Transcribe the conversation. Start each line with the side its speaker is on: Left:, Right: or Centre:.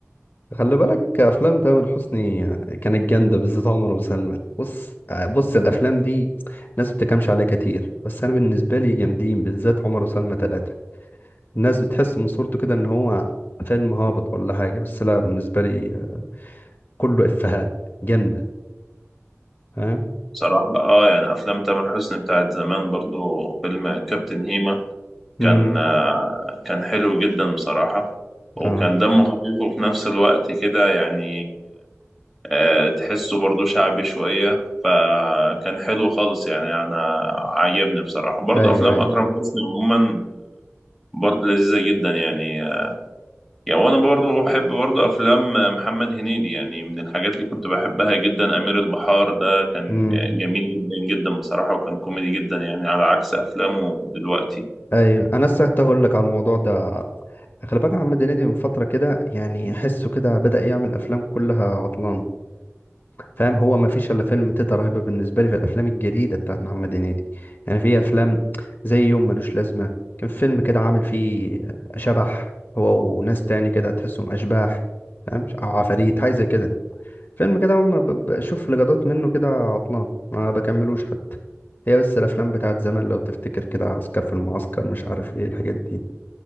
Left: خلي بالك افلام تامر حسني كانت جامده بالذات عمر وسلمى بص آه، بص الافلام دي الناس ما بتكلمش عليها كتير بس انا بالنسبه لي جامدين بالذات عمر وسلمى ثلاثه الناس بتحس من صورته كده ان هو فيلم هابط ولا حاجه بس لا بالنسبه لي آه، كله افيهات جامده فاهم
Centre: بصراحة اه يعني افلام تامر حسني بتاعت زمان برضو فيلم كابتن هيما
Left: امم
Centre: كان آه، كان حلو جدا بصراحة وكان
Left: اه
Centre: دمه خفيف وفي نفس الوقت كده يعني آه، تحسه برضو شعبي شوية فكان حلو خالص يعني أنا عجبني بصراحة برضو
Left: ايوه
Centre: أفلام
Left: ايوه
Centre: أكرم حسني عموما برضو لذيذة جدا يعني يعني وانا برضه بحب برضه افلام محمد هنيدي يعني من الحاجات اللي كنت بحبها جدا امير البحار ده كان
Left: امم
Centre: جميل جدا جدا بصراحة وكان كوميدي جدا يعني على عكس افلامه دلوقتي
Left: ايوه انا لسه كنت هقول لك على الموضوع ده خلي بالك محمد هنيدي من فتره كده يعني احسه كده بدأ يعمل افلام كلها عطلانه فاهم هو ما فيش الا فيلم تيتا رهيبه بالنسبه لي في الافلام الجديده بتاعت محمد هنيدي يعني في افلام زي يوم ملوش لازمه كان في فيلم كده عامل فيه شبح هو وناس تاني كده تحسهم اشباح فاهم او عفاريت حاجه زي كده فيلم كده هم ب- بشوف لقطات منه كده عطلان ما بكملوش حتى هي بس الافلام بتاعت زمان لو تفتكر كده عسكر في المعسكر مش عارف ايه الحاجات دي